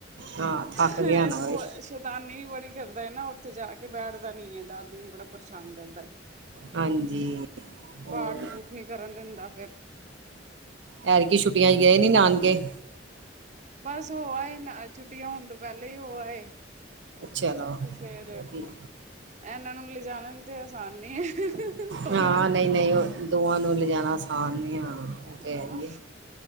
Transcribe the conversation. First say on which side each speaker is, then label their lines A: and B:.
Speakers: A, on the right (about 75°); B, on the right (about 40°).
A: ਹਾਂ
B: <unintelligible>
A: ਥੱਕ ਗਿਆ ਨਾ ਵੇ
B: ਸ਼ੈਤਾਨੀ ਵੀ ਬੜੀ ਕਰਦਾ ਨਾ ਉੱਥੇ ਜਾ ਕੇ, ਬੈਠਦਾ ਨੀ ਐ ਦਾਦੀ ਨੂੰ ਬੜਾ ਪਰੇਸ਼ਾਨ ਕਰਦਾ।
A: ਹਾਂਜੀ ਹੋਰ
B: ਪਾਠ ਪੁਠ ਨੀ ਕਰਨ ਦਿੰਦਾ ਫੇਰ
A: ਐਤਕੀ ਛੁੱਟੀਆਂ ਚ ਗਏ ਨੀ ਨਾਨਕੇ?
B: ਬਸ ਹੋ ਆਏ ਨਾ ਛੁੱਟੀਆਂ ਹੋਣ ਤੋਂ ਪਹਿਲਾਂ ਈ ਹੋ ਆਏ।
A: ਚਲੋ
B: ਤੇ ਫੇਰ
A: ਵਧੀਆ
B: ਇਹਨਾਂ ਨੂੰ ਲਿਜਾਣਾ ਵੀ ਤੇ ਅਸਾਨ ਨੀ ਐ ਦੋਨਾਂ
A: ਹਾਂ
B: ਨੂੰ
A: ਨਹੀਂ ਨਹੀਂ ਉਹ ਦੋਵਾਂ ਨੂੰ ਲਿਜਾਣਾ ਆਸਾਨ ਨਹੀਂ ਹਾਂ ਉਹ ਤੇ
B: ਆ।
A: ਹੈ ਹੀ ਹੈ